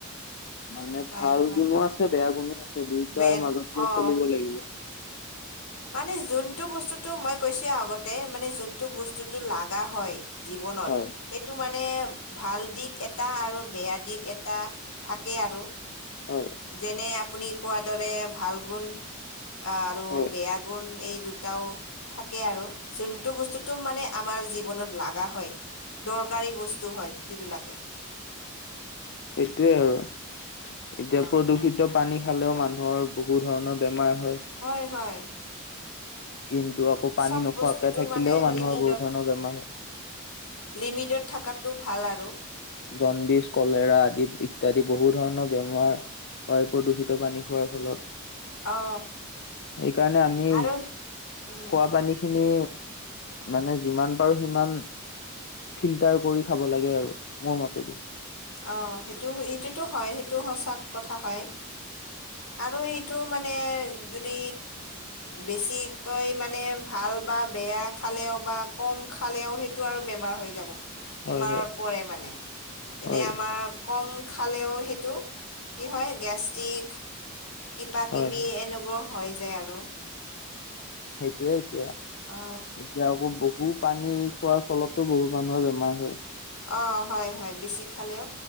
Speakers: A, on the left; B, on the left.
A: মানে
B: হয়
A: ভাল
B: হয়
A: গুণো আছে, বেয়া গুণো আছে, দুয়োটাৰ
B: বেন
A: মাজতে
B: অ
A: চলিব লাগিব।
B: মানে যোনটো বস্তুতটো মই কৈছো আগতে, মানে যোনটো বস্তুটো লাগা হয় জীৱনত,
A: হয়
B: সেইটো মানে ভাল দিশ এটা আৰু বেয়া দিশ এটা থাকেই আৰু।
A: হয়।
B: যেনে, আপুনি কোৱাৰ দৰে ভাল গুণ অ, আৰু
A: হয়
B: বেয়া গুণ এই দুটাও থাকে আৰু, যোনটো বস্তুটো মানে আমাৰ জীৱনত লাগা হয়, দৰকাৰী বস্তু হয়, সেইবিলাকে।
A: সেইটোৱে আৰু। এতিয়া
B: অ
A: প্ৰদূষিত পানী খালেও মানুহৰ বহু ধৰণৰ বেমাৰ হয়।
B: হয়, হয়।
A: কিন্তু আকৌ পানী
B: চব
A: নোখোৱাকে
B: বস্তুটো
A: থাকিলেও,
B: মানে
A: মানুহৰ
B: লিমিটত
A: বহুত ধৰণৰ বেমাৰ হয়।
B: লিমিটত, থকাটো ভাল আৰু।
A: জণ্ডিচ, কলেৰা আদি ইত্যাদি বহু ধৰণৰ বেমাৰ হয়, প্ৰদূষিত পানী খোৱাৰ ফলত।
B: অ
A: সেইকাৰণে আমি,
B: আৰু উম
A: খোৱা পানী খিনি মানে যিমান পাৰো সিমান, ফিল্টাৰ কৰি খাব লাগে আৰু। মোৰ, মতে দি।
B: অ, সেইটো এইটোতো হয়, সেইটো সঁচা কথা হয়। আৰু এইটো মানে, যদি বেছিকৈ মানে ভাল বা বেয়া খালেও, বা কম খালেও সেই টো, আৰু বেমাৰ হৈ যাব বেমাৰত
A: হয় হয়
B: পৰে মানে। যেনে
A: হয়
B: আমাৰ কম খালেও সেইটো কি হয় গেষ্টিক, কিবা-কিবি
A: হয় হয়
B: এনেবোৰ হৈ যায় আৰু
A: সেইটোয়েই এতিয়া
B: অ
A: এতিয়া আকৌ বহু পানী। খোৱাৰ ফলতো বহুত মানুহৰ বেমাৰ হয়।
B: অ হয় হয় বেছি খালেও।